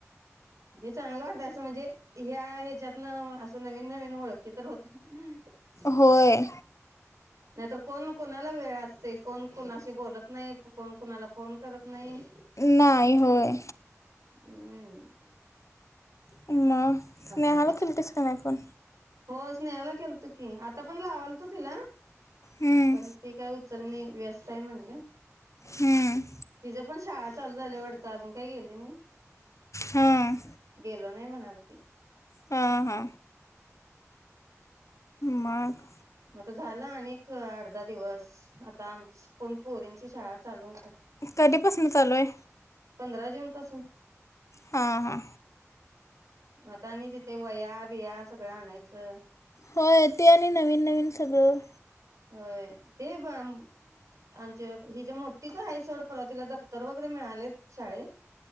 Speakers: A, on the right; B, on the left.
A: हे चांगलं वाटतं असं म्हणजे या ह्याच्यातन असं नवीन नवीन ओळखी तर होत्यात.
B: होय
A: नाहीतर कोण कोणाला वेळ असतय कोण कोणाशी बोलत नाही कोण कुणाला फोन करत नई
B: नाही होय
A: हम्म
B: म स्नेहाला
A: असं हो
B: केलतीस का नाही फोन?
A: हो स्नेहाला केलतो की आता पण लावालतो तिला.
B: हम्म
A: पण ते काय उ त्यांनी व्यस्त हाय म्हणलं.
B: हम्म
A: तिज पण शाळा चालू झाल्या वाटतं अजून काय गेली नई.
B: हां
A: गेलो नाही म्हणालती.
B: हा हा मग
A: मग आता झालं आणिक आठ दहा दिवस. आत आता आमची पण पोरींची शाळा चालू हुत्या.
B: कधीपसन चालूय?
A: पंधरा जून पासून
B: हा हा
A: आता आणि तिथे वया बिया सगळं आणाय च
B: होय ते आणि आणि नवीन नवीन सगळं.
A: होय ते ब आम-आमच्या हिज्या मोठीच आहे सोड परवा तिला दफ्तर वगैरे मिळालेत शाळेत.